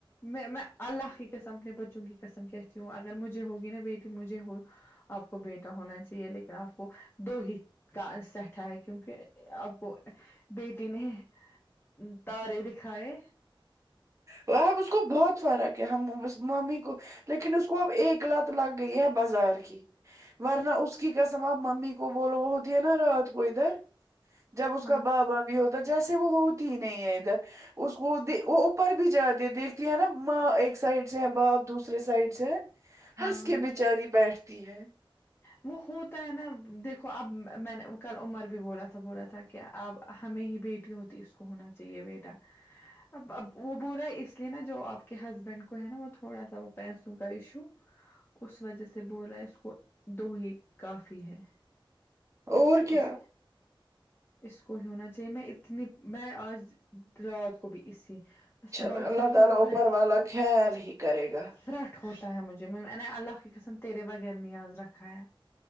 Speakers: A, on the left (about 25°); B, on the right (about 35°).
A: میں میں اللہ کی قسم اپنے بچوں کی قسم کہتی ہوں اگر مجھے ہوگی نا بیٹی مجھے ہو آپ کو بیٹا ہونا چاہیے لیکن آپ کو دو ہی کا سٹا ہے کیونکہ آپ کو بیٹی نہیں ہے تارے دکھائے
B: وہ اب اس کو بہت فرق ہے ہم اس مامی کو لیکن اس کو اب ایک لت لگ گئی ہے بازار کی ورنہ اس کی قسم آپ ممی کو بولو وہ ہوتی ہے نا رات کو ادھر جب اس
A: ہاں
B: کا بابا بھی ہوتا جیسے وہ ہوتی ہی نہیں ہے ادھر اس کو وہ بھی جاتی دیکھتی ہے نا ماں ایک سائڈ سے ہے باپ دوسرے سائڈ سے ہے
A: ہاں
B: ہنس کے بچ اری بیٹھتی ہے
A: وہ ہوتا ہے نا دیکھو اب میں نے کل عمر بھی بولا تھا بولا تھا کیا اب ہمیں ہی بیٹی ہو تو اس کو ہونا چاہیے بیٹا اب اب وہ بول رہا ہے اس لیے نا جو آپ کے ہسبینڈ کو ہے نا وہ تھوڑا سا وہ پیسوں کا ایشو اس وجہ سے بول اس کو دو ہی کافی ہے
B: اور
A: اس کو
B: کیا
A: اس اس کو ہی ہونا چاہیے میں اتنی میں آج رات کو بھی اسی
B: چلو
A: صبح اٹھ
B: اللہ
A: کے نا
B: تعالی
A: وہ
B: اوپر
A: فرٹ
B: والا خیال ہی کرے گا
A: فرٹ ہوتا ہے مجھے میں نے اللہ کی قسم تیرے بغیر نیاز رکھا ہے